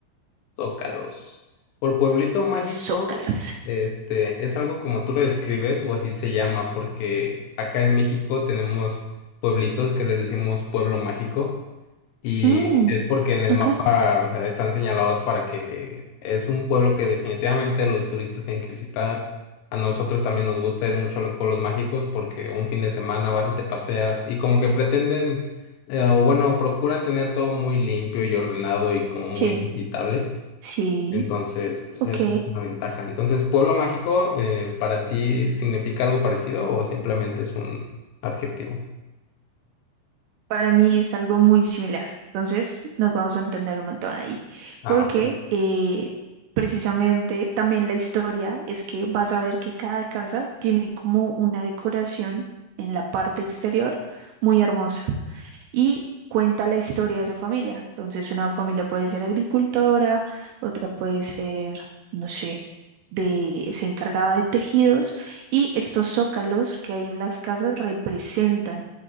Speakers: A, on the left; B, on the right.
A: Zócalos. Por pueblito mágico,
B: Zócalos.
A: este, es algo como tú lo describes o así se llama, porque acá en México tenemos pueblitos que les decimos pueblo mágico y
B: Mm,
A: es porque en el
B: ok.
A: mapa, o sea, están señalados para que es un pueblo que definitivamente los turistas tienen que visitar. A nosotros también nos gusta ir mucho a los pueblos mágicos porque un fin de semana vas y te paseas y como que pretenden, eh, o bueno, procuran tener todo muy limpio y ordenado y como muy
B: Sí,
A: visitable.
B: Sí,
A: Entonces, pues
B: ok.
A: eso es una ventaja. Entonces, pueblo mágico, eh, ¿para ti significa algo parecido o simplemente es un adjetivo?
B: Para mí es algo muy similar. Entonces nos vamos a entender un montón ahí.
A: Ah,
B: Porque eh, precisamente también la historia es que vas a ver que cada casa tiene como una decoración en la parte exterior muy hermosa. y cuenta la historia de esa familia. Entonces, una familia puede ser agricultora, otra puede ser, no sé, de, se encargaba de tejidos y estos zócalos que hay en las casas representan